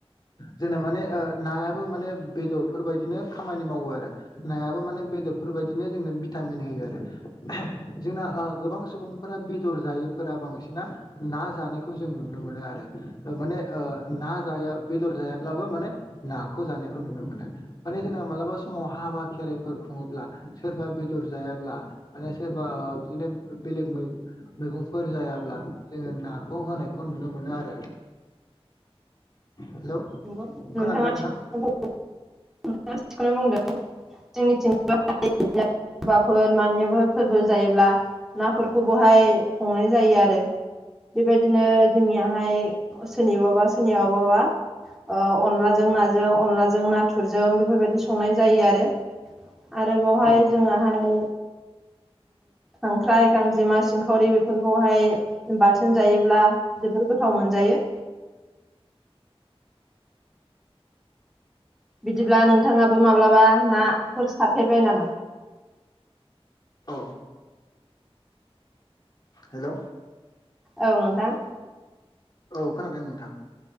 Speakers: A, on the left; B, in the centre.
A: जोंना माने ओ नायाबो माने बेदरफोरबायायदिनो खामानि मावो आरो। नायाबो माने बेदरफोरबायदिनो जोंनो भिटामिन होयो आरो। जोंना आ गोबां सुबुं फोरा बेदर जायैफोरा बांसिना ना जानायखौ जों नुनो मोनो आरो। ओ माने ओ ना जाया बेदर जायाब्लाबो माने नाखौ जानायखौ नुनो मोनो। माने जोंना मालाबा समाव हाबा खेराइफोर खुङोब्ला सोरबा बे दर जायाब्ला माने सोरबा ओ बिदिनो बेलेग मै-मैगंफोर जायाब्ला जोङो नाखौ होनायखौ नुनो मोनो आरो। हेलौ
B: नोंगौ
A: खोनादोंना
B: नोंथाङा
A: नोंथां
B: थिग <unintelligible> नोंथाङा थिखौनो बुंदों जोंनिथिं <unintelligible> बाफोर मानिफोर फोरबो जायोब्ला नाफोरखौ बहाय संनाय जायो आरो। बेबायदिनो जोंनियाहाय सोरनिबाबा सोरनियावबाबा ओ अनलाजों नाजों अनलाजों ना थुरजों बेफोरबायदि संनाय जायो आरो आरो बेवहाय
A: औ
B: जोंहाहाय खांख्राइ गांजेमा सिंखावरि बेफोरखौहाय बाथोन जायोब्ला जोबोर गोथाव मोनजायो। बिदिब्ला नोंथाङाबो माब्लाबा ना फोर सारफेरबाय नामा?
A: <inaudible> औ हेल'
B: औ नोंथां
A: औ खोनादों नोंथां।